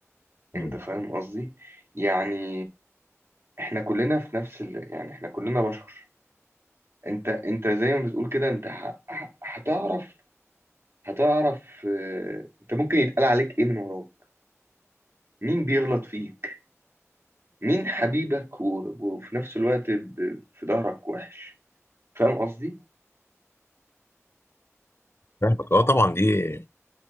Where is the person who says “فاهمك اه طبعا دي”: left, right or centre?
Left